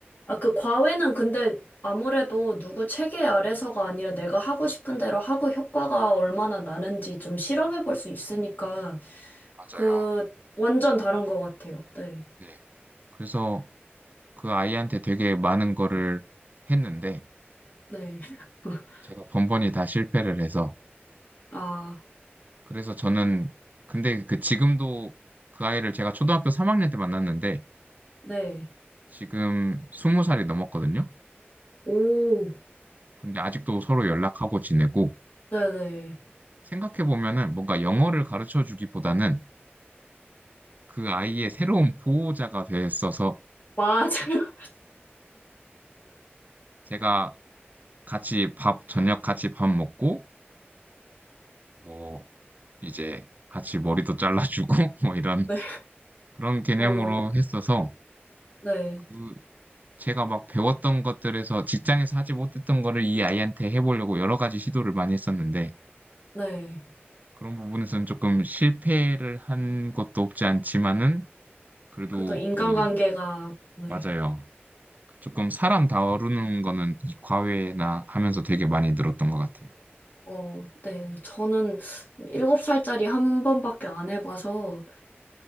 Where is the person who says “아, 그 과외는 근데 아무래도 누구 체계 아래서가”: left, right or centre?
Left